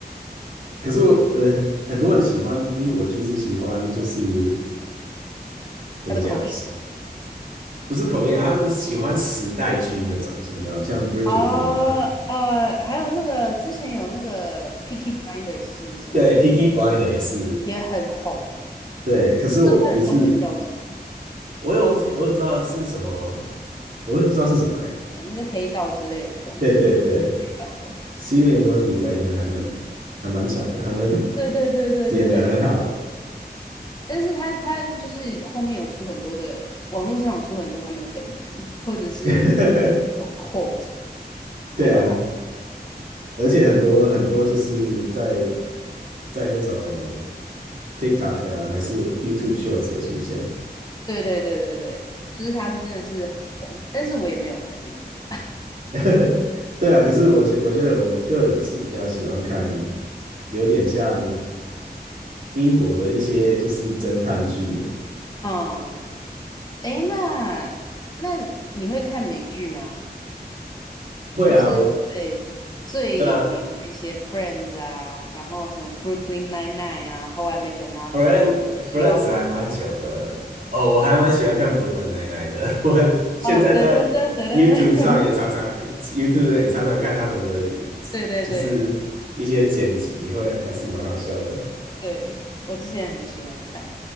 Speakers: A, on the right; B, on the left.
A: 可是我呃很多人喜欢英国剧是喜欢就是怎么讲，
B: 他的口音
A: 不是口音啊，他们喜欢时代剧那种，有没有？像《Bridgerton》啊，
B: 哦呃，还有那个之前有那个《p i c k y b l i n d e r 是不是
A: 对，Peaky Blinder 也是，
B: 也很红？
A: 对，可是我不是，
B: 我不知道它的中文叫什么，
A: 我也忘记，我也不知道是什么。我也不知道是什么哎、
B: 反正就黑道之类的东西，
A: 对对对
B: 英国黑道的。
A: ，Cillian Murphy 在里面还蛮还蛮强的，还蛮
B: 对对对对对，
A: 演得很好，
B: 但是他他就是后面有出很多的，网络上有出很多他们的梗图，或者是
A: <laughs>
B: 那种 quote，
A: 对啊，
B: 还蛮好
A: 而且很多很多就是在在那种 TikTok 啊，还是 YouTube Shorts 有出现，
B: 对对对对对，就是他真的是很红，但是我也没有看那个。
A: <laughs> 对啊，可是我觉我觉得我个人是比较喜欢看，有点像英国的一些就是侦探剧，
B: 嗯，诶，那那你会看美剧吗？
A: 会啊，
B: 就是最最有名的一些《Friends》啊，
A: 我那
B: 然后什么《Brooklyn Nine-Nine》啊，《How I Met Your Mother》啊，
A: Friend Friends
B: 《The Office》啊。
A: 还蛮久的哦，我还蛮喜欢看 Brooklyn Nine-Nine 的。<laughs> 我现在在
B: 哦，得得得得得，
A: YouTube
B: <laughs>
A: 上也常常 YouTube 也常常看他们的，
B: 对对对
A: 就是一些剪辑，会还是蛮好笑的。
B: 对，我之前很喜欢看。